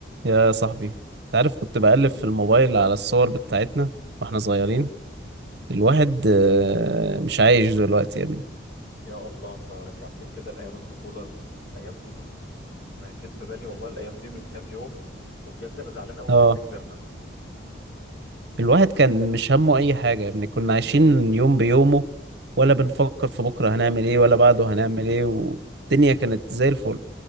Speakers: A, on the right; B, on the left.
A: يا صاحبي انت عارف كنت بقلب في الموبايل على الصور بتاعتنا واحنا صغيرين الواحد آه، مش عايش دلوقتي يا ابني
B: يا الله انت رجعتني كده لايام الطفوله الايام دي بص انا جيت في بالي والله الايام دي من كام يوم وبجد انا زعلان قوي
A: اه
B: ان احنا كبرنا
A: الواحد كان مش همه اي حاجة يا ابني كنا عايشين يوم بيومه ولا بنفكر في بكرة هنعمل ايه ولا بعده هنعمل ايه والدنيا كانت زي الفل